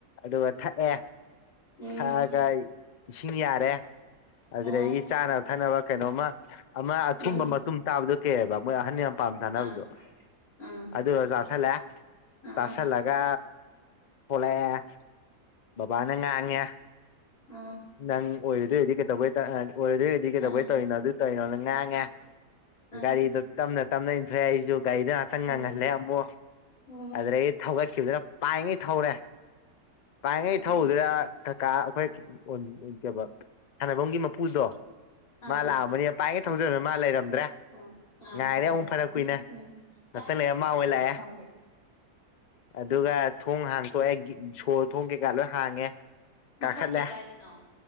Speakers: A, on the left; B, on the left.
A: ꯑꯗꯨꯒ ꯊꯛꯑꯦ
B: ꯎꯝ
A: ꯊꯛꯑꯒ ꯏꯁꯤꯡ ꯌꯥꯔꯦ ꯑꯗꯨꯗꯒꯤ
B: ꯑ
A: ꯆꯥꯅꯕ ꯊꯛꯅꯕ ꯀꯩꯅꯣꯝꯃ ꯑꯃ
B: ꯑ
A: ꯑꯊꯨꯝꯕ ꯃꯇꯨꯝ ꯇꯥꯕꯗꯣ ꯀꯩꯕ ꯃꯣꯏ ꯑꯍꯟ ꯌꯥꯝ ꯄꯥꯝꯅ ꯆꯥꯅꯕꯗꯣ
B: ꯑ ꯑ
A: ꯑꯗꯨꯗꯣ ꯆꯥꯥꯁꯜꯂꯦ
B: ꯑ
A: ꯆꯥꯥꯁꯜꯂꯒ ꯊꯣꯛꯂꯛꯑꯦ ꯕꯕꯥꯅ ꯉꯥꯡꯉꯦ
B: ꯑꯝ
A: ꯅꯪ ꯑꯣꯏꯔꯣꯏꯗꯣꯏ ꯑꯣꯢꯔꯗꯤ ꯀꯩꯗꯧꯕꯩ ꯑꯣꯏꯔꯗꯣꯏ ꯑꯣꯢꯔꯗꯤ ꯀꯩꯗꯧꯕꯩ
B: ꯑ
A: ꯇꯧꯔꯤꯅꯣ ꯑꯗꯨꯏ ꯇꯧꯔꯤꯅꯣ ꯅꯪ ꯉꯥꯡꯉꯦ
B: ꯑꯥ
A: ꯒꯥꯔꯤꯗꯣ ꯇꯞꯅ ꯇꯞꯅ ꯏꯟꯊꯣꯛꯑꯦ ꯑꯩꯁꯨ ꯒꯥꯔꯤꯗ ꯉꯍꯥꯛꯇꯪ
B: ꯎꯝ
A: ꯉꯪꯍꯜꯂꯦ ꯑꯃꯨꯛ
B: ꯎꯝ
A: ꯑꯗꯩ ꯊꯧꯒꯠꯈꯤꯕꯗꯨꯅ ꯄꯥꯏꯉꯩ ꯊꯧꯔꯦ ꯄꯥꯏꯉꯩ
B: ꯎꯝ
A: ꯊꯧꯕꯗꯨꯗ ꯀꯀꯥ ꯑꯩꯈꯣꯏ ꯀ ꯁꯥꯟꯅꯐꯝꯒꯤ ꯃꯄꯨꯗꯣ
B: ꯑꯥ
A: ꯃꯥ ꯂꯥꯛꯑꯕꯅꯤꯅ ꯄꯥꯏꯉꯩ ꯊꯧꯖꯤꯟꯂ ꯃꯥ ꯂꯩꯔꯝꯗ꯭ꯔꯦ
B: ꯑꯣ
A: ꯉꯥꯏꯔꯦ
B: ꯑ ꯐꯔꯦꯅꯦ
A: ꯑꯃꯨꯛ ꯐꯅ
B: ꯎꯝ
A: ꯀꯨꯏꯅ
B: ꯀꯥꯏꯗꯅꯣ
A: ꯉꯥꯛꯇꯪ ꯂꯩꯔ ꯃꯥ
B: ꯅꯪꯒꯤꯁꯦ
A: ꯑꯣꯏ ꯂꯥꯛꯑꯦ
B: ꯃꯐꯝꯗꯤ
A: ꯑꯗꯨꯒ ꯊꯣꯡ ꯍꯥꯡꯇꯣꯛꯑꯦ ꯁꯣ ꯊꯣꯡ ꯀꯩꯀꯥ ꯂꯣꯏ ꯍꯥꯡꯉꯦ
B: ꯃꯐꯝꯗꯤ
A: ꯀꯥꯈꯠꯂꯦ
B: ꯀꯥꯏꯗꯅꯣ